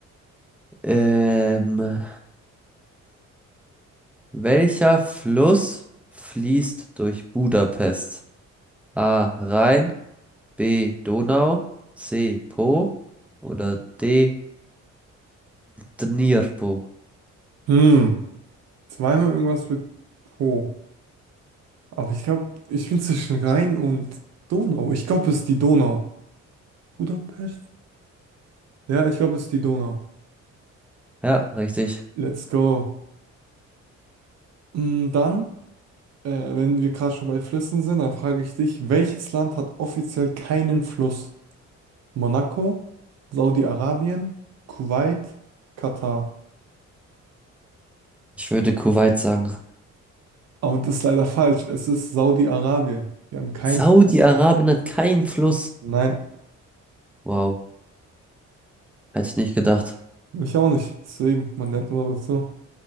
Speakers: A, in the centre; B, on the right (about 60°).
A: Ähm, welcher Fluss fließt durch Budapest? A. Rhein, B. Donau, C. Po oder D. Dnipro.
B: Hm, zweimal irgendwas mit Po. Aber ich glaube, ich bin zwischen Rhein und Donau. Ich glaube, es ist die Donau. Budapest? Ja, ich glaube, es ist die Donau.
A: Ja, richtig.
B: Let's go. Mm, Dann. Äh, wenn wir gerade schon bei Flüssen sind, dann frage ich dich, welches Land hat offiziell keinen Fluss? Monaco, Saudi-Arabien, Kuwait, Katar.
A: Ich würde Kuwait sagen.
B: Aber das ist leider falsch. Es ist Saudi-Arabien. Wir haben keinen
A: Saudi-Arabien
B: Fluss.
A: hat keinen Fluss.
B: Nein,
A: Wow, hätte ich nicht gedacht.
B: ich auch nicht. Deswegen, man lernt immer dazu.